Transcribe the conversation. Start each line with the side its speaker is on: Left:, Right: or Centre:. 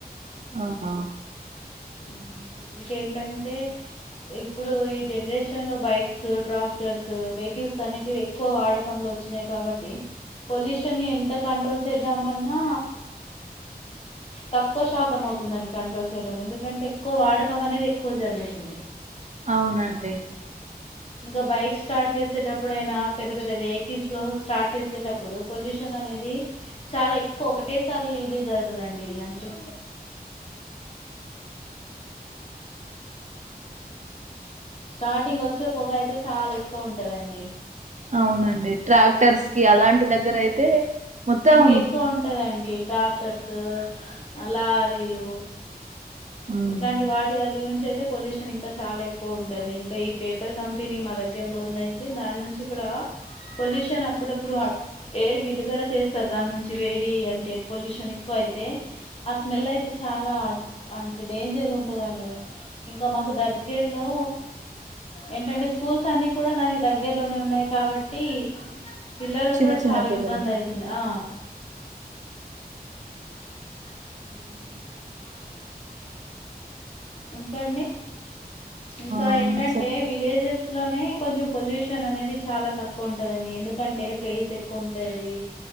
Right: ఆహా
Left: హ్మ్ ఇంకేంటన్ టే ఇప్పుడు ఈ జనరేషన్ లో బైక్స్, ట్రాక్టర్స్, వెహికిల్స్ అనేటివి ఎక్కువ వాడకంలో వచ్చినాయి కాబట్టి, పొల్యూషన్ ఎంత కంట్రోల్ చేద్దామన్నా తక్కువ శాతం అవుతుందని కంట్రోల్ చేయడం ఎందుకంటే ఎక్కువ వాడకం అనేది. క్కువ జరుగుతుంది
Right: అవునండి
Left: ఇంకా బైక్ స్టార్ట్ చేసేటప్పుడు అయినా పెద్ద పెద్ద వెహికిల్స్ లో స్టార్ట్ చేసేటప్పుడు పొల్యూషన్ అనేది చాలా ఎక్కువ ఒకటేసారి రిలీజ్ అయితదండి. అంటే స్టార్టింగ్ వచ్చే పొగ అయితే చాలా ఎక్కువ ఉంటదండి.
Right: అవునండి ట్రాక్టర్స్ కి అలాంటి దగ్గర అయితే మొత్తం
Left: ఇంక ఎక్కువ ఉంటదండి ట్రాక్టర్స్ లారీలు
Right: ఉమ్,
Left: ఇట్లాంటి వాటి దగ్గర నుం చి అయితే పొల్యూషన్ ఇంకా చాలా ఎక్కువ ఉంటది. ఇంకా ఈ పేపర్ కంపెనీ మా దగ్గర లో ఉంది, అయితే దాని నుంచి కూడా పొల్యూషన్ అప్పుడప్పుడు ఎయిర్ విడుదల చేస్తారు, దాని నుంచి వేడి అంటే పొల్యూషన్ ఎక్కువ అయితే ఆ స్మెల్ అయితే చాలా అం టే డేంజర్గుంటదండి ఇంకా మాకు దగ్గర్లో ఏంటంటే స్కూల్స్ అన్ని కూడా దానికి దగ్గర్లోనే ఉన్నాయి కాబట్టి, పిల్లలకు
Right: చిన్న
Left: కూడా
Right: చిన్న
Left: చాలా
Right: పిల్లలు
Left: ఇబ్బంది అయితుంది ఆ హ్మ్ ఇంకా అండి ఇంకా
Right: ఆ
Left: ఏంటంటే
Right: చెప్
Left: విలేజెస్ లోనే కొంచెం పొల్యూషన్ అనేది చాలా తక్కువ ఉంటదండి. ఎందుకంటే ప్లేస్ ఎక్కువ ఉంటది,